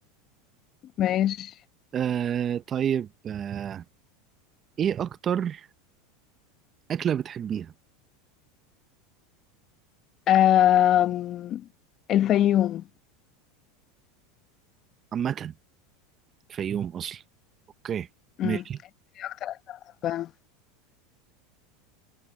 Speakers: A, on the left (about 45°); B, on the right (about 35°).
A: ماشي
B: آه طيب آه ايه اكتر اكلة بتحبيها
A: أم الفيوم
B: عامة فيوم اصلا اوكي
A: مم.
B: ماشي
A: إيه أكتر بحبها